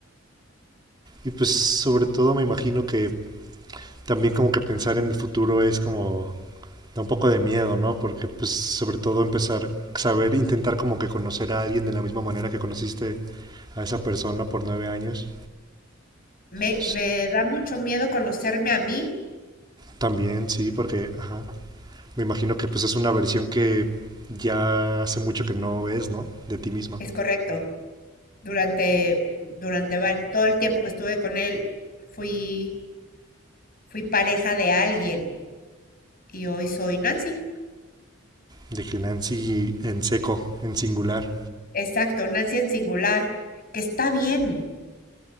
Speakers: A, on the right; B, on the left.
A: Y pues sobre todo me imagino que también como que pensar en el futuro es como... Da un poco de miedo, ¿no? Porque pues sobre todo empezar, saber, intentar como que conocer a alguien de la misma manera que conociste a esa persona por nueve años.
B: Me,
A: Pues,
B: me da mucho miedo conocerme a mí,
A: También, sí, porque ajá, me imagino que pues es una versión que ya hace mucho que no ves, ¿no? De ti misma.
B: es correcto. Durante, durante va- todo el tiempo que estuve con él, fui, fui pareja de alguien y hoy soy Nancy.
A: De que Nancy en seco, en singular.
B: Exacto, Nancy en singular, que está bien.